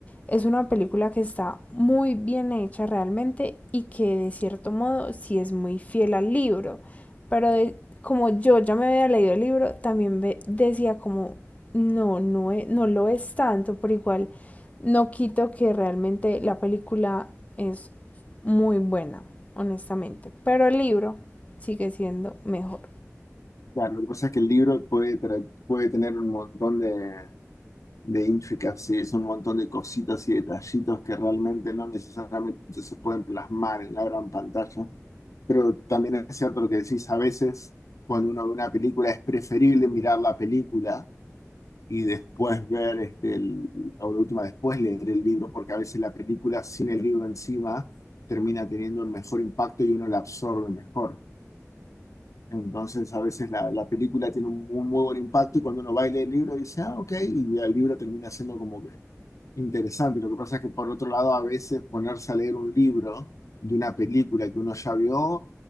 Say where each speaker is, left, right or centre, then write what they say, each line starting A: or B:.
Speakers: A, on the left; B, on the left.
A: es una película que está muy bien hecha realmente y que de cierto modo sí es muy fiel al libro. Pero de, como yo ya me había leído el libro, también ve, decía como, no, no, e, no lo es tanto, por igual no quito que realmente la película es muy buena, honestamente. Pero el libro sigue siendo mejor.
B: Claro, lo que pasa es que el libro puede, tra- puede tener un montón de, de intricacies, un montón de cositas y detallitos que realmente no necesariamente se pueden plasmar en la gran pantalla. Pero también es cierto lo que decís, a veces cuando uno ve una película es preferible mirar la película y después ver, este, el, o de última, después leer el libro, porque a veces la película sin el libro encima termina teniendo un mejor impacto y uno la absorbe mejor. Entonces, a veces la, la película tiene un, un muy buen impacto y cuando uno va y lee el libro dice, ah, ok, y el libro termina siendo como que Interesante, lo que pasa es que por otro lado a veces ponerse a leer un libro de una película que uno ya vio,